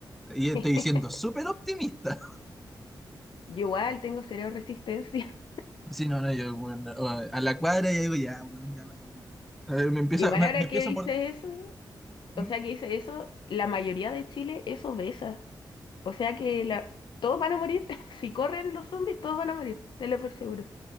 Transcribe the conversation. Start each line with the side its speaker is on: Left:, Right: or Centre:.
Centre: Y estoy
Left: <laughs>
Centre: siendo súper optimista. <laughs>
Left: Yo igual tengo cero resistencia. <laughs>
Centre: Si no, no, yo, weón, o a a la cuadra ya digo, ya, weón, ya valí, weón. A ver, me empieza,
Left: Igual
Centre: me,
Left: ahora
Centre: me empieza
Left: que dice
Centre: a morder.
Left: eso,
Centre: ¿Mm?
Left: o sea que dice eso, la mayoría de Chile es obesa. O sea que la... todos van a morir. <laughs> Si corren los zombies, todos van a morir, te lo por seguro.